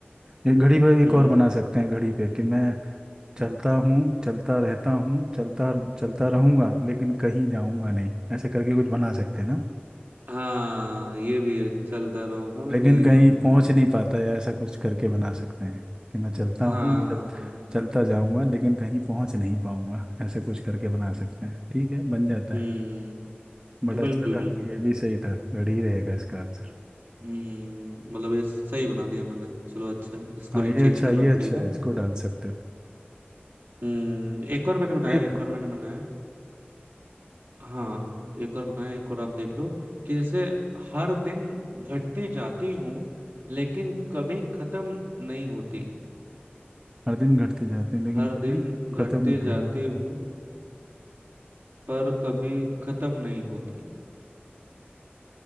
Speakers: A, on the right (about 20°); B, on the right (about 65°).
A: ये घड़ी पे एक
B: हम्म
A: और बना सकते हैं घड़ी पे कि मैं चलता हूँ चलता रहता हूँ चलता चलता रहूंगा लेकिन कहीं जाऊंगा नहीं ऐसे करके कुछ बना सकते हैं ना
B: हाँ ये भी है चलता रहूंगा बट
A: लेकिन
B: कहीं
A: कहीं
B: जाऊंगा
A: पहुंच
B: नहीं
A: नहीं पाता या ऐसा कुछ करके बना सकते हैं कि मैं चलता
B: हाँ
A: हूँ चल
B: हाँ,
A: चलता जाऊंगा लेकिन कहीं पहुंच नहीं पाऊंगा ऐसा कुछ करके बना सकते हैं ठीक है बन जाता
B: हम्म
A: है बट अच्छा
B: बिल्कुल
A: था
B: बिल्कुल
A: ये भी सही था घड़ी रहेगा इसका आंसर
B: हम्म मतलब ये सही बना दिया मैंने चलो अच्छा है, इसको
A: हाँ
B: नहीं
A: ये
B: चेंज
A: अच्छा
B: करना
A: ये अच्छा
B: पड़ेगा
A: है इसको डाल सकते हो
B: हम्म एक और मैंने बनाया
A: एक
B: एक और मैंने बनाया हाँ एक और बनाया एक और आप देख लो कि जैसे हर दिन घटती जाती हूँ लेकिन कभी खत्म नहीं होती
A: हर दिन घटती जाती है लेकिन
B: हर
A: कभी
B: दिन
A: खत्म
B: घटती
A: नहीं
B: जाती
A: होती
B: हूँ पर कभी खत्म नहीं होती